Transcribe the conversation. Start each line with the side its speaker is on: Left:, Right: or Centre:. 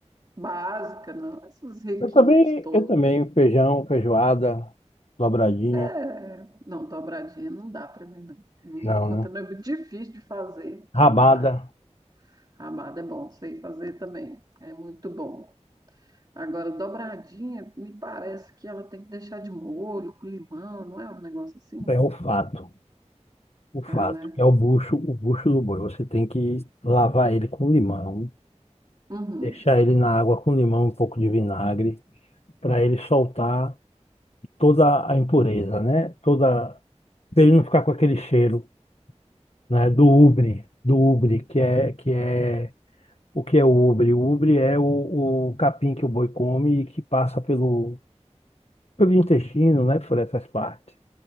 Right: básica, não. Esses requintes
Left: Eu também,
Right: todos.
Left: eu também, feijão, feijoada, dobradinha.
Right: É, não, dobradinha não dá para mim, não. Não
Left: Não,
Right: dou conta,
Left: né?
Right: não. É muito difícil de fazer.
Left: Rabada,
Right: Não dá. Rabada é bom, sei fazer também. É muito bom. Agora, dobradinha, me parece que ela tem que deixar de molho, com limão, não é um negócio assim?
Left: é o fato. O fato
Right: É, né?
Left: que é o bucho, o bucho do boi. Você tem que lavar ele com limão,
Right: Uhum.
Left: deixar ele na água com limão, um pouco de vinagre, para ele soltar toda a impureza, né? Toda, para ele não ficar com aquele cheiro, né? Do ubre, do ubre, que é que é o que é o ubre? O ubre é o, o capim que o boi come e que passa pelo pelo intestino, né? Por essas partes.